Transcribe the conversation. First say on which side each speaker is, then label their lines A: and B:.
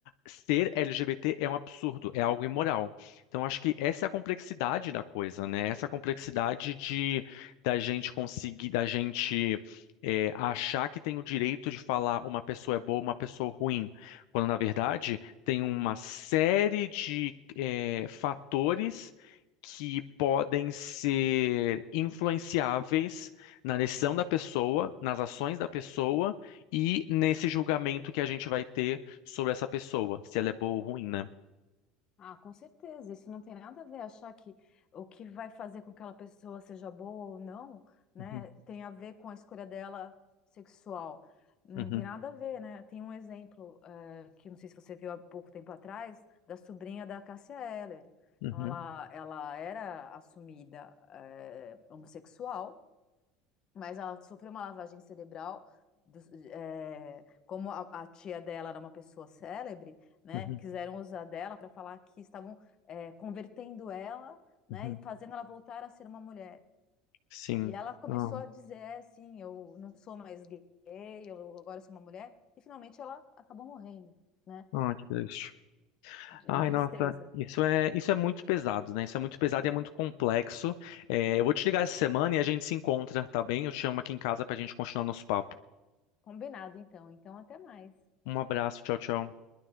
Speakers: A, on the left (about 75°); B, on the left (about 35°).
A: ser LGBT é um absurdo, é algo imoral. Então, acho que essa é a complexidade da coisa, né? Essa é a complexidade de da gente conseguir, da gente é, achar que tem o direito de falar uma pessoa é boa, uma pessoa ruim, quando na verdade tem uma série de é, fatores que podem ser influenciáveis na decisão da pessoa, nas ações da pessoa e nesse julgamento que a gente vai ter sobre essa pessoa, se ela é boa ou ruim, né?
B: Ah, com certeza. Isso não tem nada a ver. Achar que o que vai fazer com que aquela pessoa seja boa ou não, né,
A: Uhum,
B: tem a ver com a escolha dela sexual. Não
A: uhum,
B: tem nada a ver, né? Tem um exemplo, eh, que não sei se você viu há pouco tempo atrás, da sobrinha da Cássia Eller.
A: uhum,
B: Então, ela, ela era assumida, eh, homossexual mas ela sofreu uma lavagem cerebral. dos- é, como a, a tia dela era uma pessoa célebre, né,
A: uhum,
B: quiseram usar dela para falar que estavam é, convertendo ela, né,
A: uhum.
B: e fazendo ela voltar a ser uma mulher.
A: Sim.
B: E ela começou
A: Ah,
B: a dizer, é, sim, eu não sou mais gay, eu agora sou uma mulher. E finalmente ela acabou morrendo, né,
A: ah, que triste.
B: de
A: Ai,
B: de tristeza.
A: nossa, isso é, isso é muito pesado, né? Isso é muito pesado e é muito complexo. É, eu vou te ligar essa semana e a gente se encontra, tá bem? Eu te chamo aqui em casa pra gente continuar nosso papo.
B: Combinado, então. Então, até mais.
A: Um abraço, tchau, tchau.